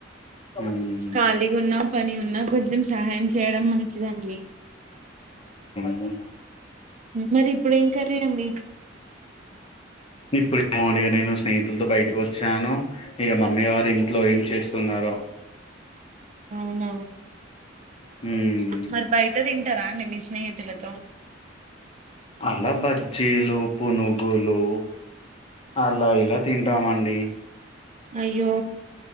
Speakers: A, on the left; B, on the right.
A: మ్మ్
B: ఖాళీగా ఉన్నా పని ఉన్నా కొంచెం సహాయం చేయడం మంచిదండి
A: అ
B: మరి ఇప్పుడు ఏం కర్రీ అండి
A: ఇప్పుడే మొమ్ గాడీగినే స్ స్నేహితులతో బయటకు వచ్చాను ఇక మమ్మీ వారు ఇంట్లో ఏం చేస్తున్నారో
B: అవున
A: ఉమ్
B: మరి బయట తింటారా అండి మీ స్నేహిత్ తులతో
A: అలా బ్ బజ్జిలు పునుగ్ గులు అలా ఇలా తింటామండి
B: అయ్యో